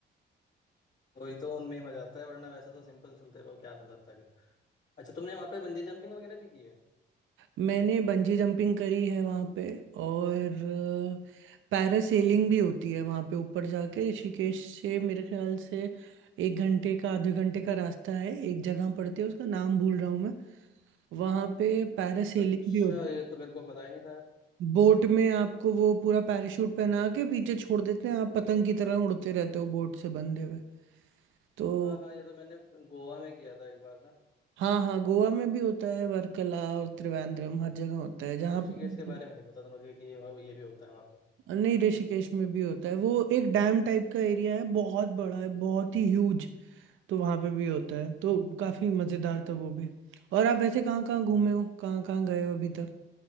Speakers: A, on the left; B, on the right.
A: वही तो उनमें ही मजा आता है वरना वैसे तो सिंपल चलते रहो क्या मजा आता है फिर। अच्छा तुमने वहाँ पे बंजी जंपिंग वगैरह भी की है
B: मैंने बंजी जंपिंग करी है वहाँ पे और पैरासेलिंग भी होती है वहाँ पे ऊपर जाके ऋषिकेश से मेरे ख्याल से एक घंटे का आधे घंटे का रास्ता है एक जगह पड़ती है उसका नाम भूल रहा हूँ मैं वहाँ पे पैरासेलिंग
A: अच्छा
B: भी होती
A: ये
B: है
A: तो मेरे को पता ही नहीं था
B: बोट में आपको वो पूरा पैराशूट पहना के पीछे छोड़ देते हैं आप पतंग की तरह उड़ते रहते हो बोट से बंधे हुए तो
A: हाँ हाँ ये तो मैंने गोवा में किया था एक बार ना
B: हाँ हाँ गोवा में भी होता है वर्कला और त्रिवेंद्रम हर जगह होता है जहाँ
A: ऋषिकेश
B: पे
A: के बारे में नहीं पता था मुझे कि ये ये भी होता है वहाँ पे
B: नहीं ऋषिकेश में भी होता है वो एक डैम टाइप का एरिया है बहुत बड़ा है बहुत ही ह्यूज तो वहाँ पे भी होता है तो काफी मजेदार था वो भी और आप वैसे कहाँ कहाँ घूमे हो कहाँ कहाँ गए हो अभी तक